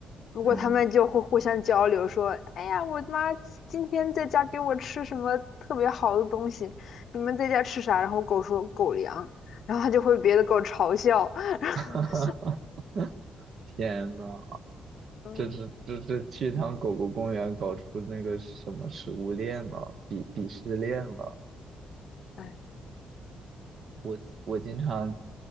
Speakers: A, on the left; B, on the right.
A: 如果他们就会互相交流，
B: 嗯，
A: 说：“哎呀，我妈今天在家给我吃什么特别好的东西，你们在家吃啥？”然后狗说“狗粮”，然后就会别的狗嘲笑。<laughs>
B: <laughs> 天呐，
A: 嗯，
B: 这是这是去一趟狗狗公园搞出那个什么食物链了，鄙鄙视链了。
A: 哎，
B: 我我经常，